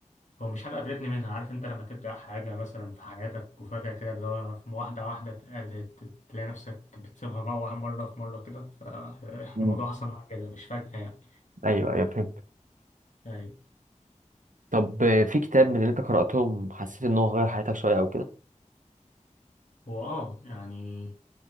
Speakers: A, on the left; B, on the right.
A: هو مش حاجة قفلتني منها عارف أنت لما تبدأ حاجة مثلا في حياتك وفجأة كده اللي هو في- واحدة واحدة تقل- ت- تلاقي نفسك بتسيبها بقى واحد- مرة في مرة كده فالموضوع
B: مم.
A: <laughs> حصل معايا كده مش فجأة يعني
B: أيوه أيوه فهمت
A: أي
B: طب آه، في كتاب من اللي أنت قرأتهم حسيت إن هو غير حياتك شوية أو كده
A: هو آه يعني